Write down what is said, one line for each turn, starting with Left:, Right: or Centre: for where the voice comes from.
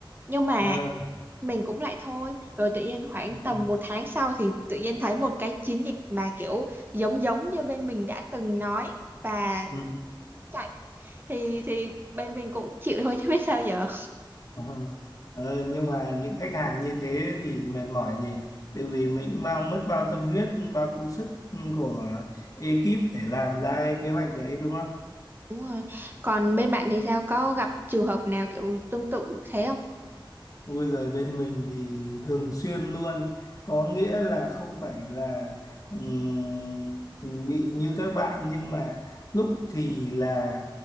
Right: nhưng mà
Left: Ờ.
Right: mình cũng lại thôi rồi tự nhiên khoảng
Left: Ừ.
Right: tầm một tháng sau thì tự nhiên thấy một cái chiến dịch mà kiểu giống giống như bên mình đã từng nói và
Left: Ừ.
Right: chạy thì thì bên mình cũng chịu thôi chứ biết sao giờ
Left: Ờ. Ờ, nhưng mà những khách hàng như thế thì mệt mỏi nhỉ tại vì mình mang mất bao tâm huyết bao công sức của ekip để làm ra cái kế hoạch đấy đúng
Right: đúng rồi còn bên bạn thì sao có gặp trường hợp nào kiểu tương tự thế không
Left: ui giời bên mình thì thường xuyên luôn có nghĩa là không phải là ừm, bị như các bạn nhưng mà lúc thì là